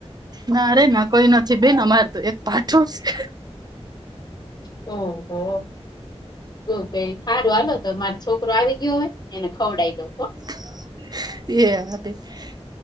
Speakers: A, on the right; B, on the left.
A: ના રે ના કોઈ નથી બેન અમારે તો તએક પાઠું છે.
B: ઓહ. <unintelligible> સારું વાલો તો મારો છોકરો આવી ગયો હોય એને ખવડી દો.
A: <unintelligible>